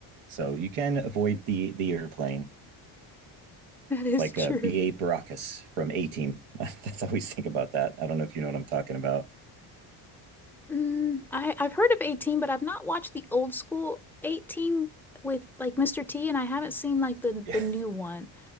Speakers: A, on the right; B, in the centre.
A: So you can avoid the the airplane
B: <laughs> That is
A: like
B: true.
A: a B. A. Baracus from A Team. <laughs> That's how we think about that. I don't know if you know what I'm talking about.
B: Mm, I, I've heard of 18, but I've not watched the old school 18 with like Mr. T, and I haven't seen like the
A: Yeah.
B: the new one.